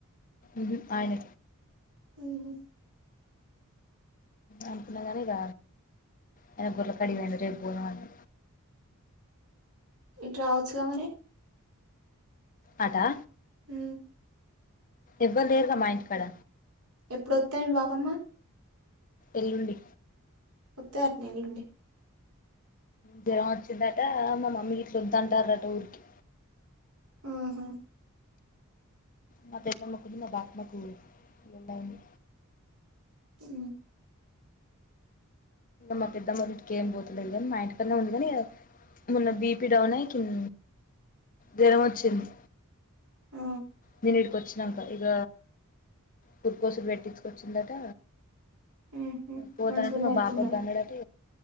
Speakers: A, on the left; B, on the right.
A: ఉహు ఆయన.
B: ఉహు
A: అనుకున్న గాని ఇక ఆయన గొర్ల కాడికి పోయిన రేపు పోదామని.
B: ఇటు రావచ్చు గా మరి.
A: అటా.
B: ఉ.
A: ఎవ్వరు లేరుగా మా ఇంటికాడ.
B: ఎప్పుడు వస్తది బాపమ్మ.
A: ఎల్లుండి.
B: కొత్త కట్టినయ్ నిన్నే.
A: జ్వరం వచ్చిందట మా మమ్మీ ఇట్ల వద్దుంటారట ఊరికి.
B: ఊహు.
A: మా పెద్దమ్మకు మా బాపమ్మకు లొల్లియింది.
B: ఊ.
A: మా పెద్దమ్ మళ్ళ ఇకే ఏ పోతలేదు కానీ మా ఇంటి పనే ఉంది కానీ. మొన్న బీపి డౌన్ అయ్య కిన్ జ్వరం వచ్చింది.
B: ఆ.
A: నేను ఇడికి వచ్చాక ఇక కుర్కోసలు పెట్టించుకొచ్చిందట.
B: ఉహు
A: పోతానంటే
B: మంచిగుందా
A: మా
B: ఇప్పుడు
A: బాప
B: మరి
A: దన్నడు అంటే